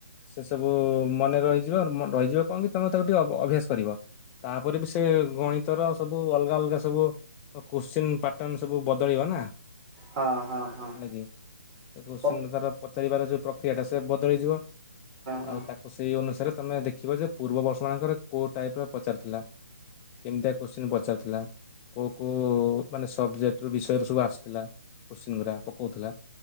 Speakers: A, on the left (about 20°); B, on the right (about 20°).
A: ସେ ସବୁ ମନେ ରହିଯିବ ରହିଯିବ କଣ କି ତମେ ତାକୁ ଟିକେ ଅଭ୍ୟାସ କରିବ। ତାପରେ ବି ସେ ଗଣିତର ସବୁ ଅଲଗା ଅଲଗା ସବୁ କୋଶ୍ଚିିନ ପାଟନ ସବୁ ବଦଳିବ ନା।
B: ହଁ ହଁ ହଁ।
A: ହେଲା କିି ସେ କ୍ୱଶ୍ଚିନର
B: ହଁ
A: ତାର ପଚାରିବାର ଯୋଉଁ ପ୍ରକ୍ରିୟାଟା ସେ ବଦଳିଯିବ।
B: ହଁ।
A: ଆଉ ତାକୁ ଓ ସେଇ ଅନୁସାରେ ତମେ ଦେଖିବ ଯେ ପୂର୍ବର୍ଷ ମାନଙ୍କର କୋଉ ଟାଇପ ର ପଚାରିଥିଲା। କେମିତିଆ କୋଶ୍ଚିନ୍ ପଚାରିଥିଲା। କୋଉ କୋଉ ମାନେ ସବଜେକ୍ଟ ର ବିଷୟରୁୁ ସବୁ ଆସୁଥିଲା କୋଶ୍ଚିନ୍ ଗୁରା ପକୋଉଥିଲା।